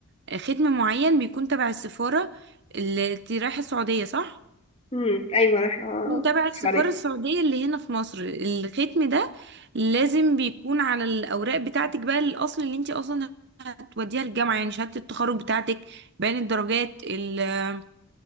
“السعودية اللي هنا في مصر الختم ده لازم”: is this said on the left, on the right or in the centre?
Right